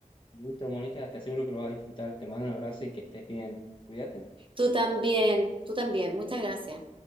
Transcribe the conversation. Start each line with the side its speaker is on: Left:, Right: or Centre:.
Left: Listo, Mónica, te aseguro que lo vas a disfrutar. Te mando un abrazo y que estés bien. Cuídate.
Right: Tú también, tú también. Muchas gracias.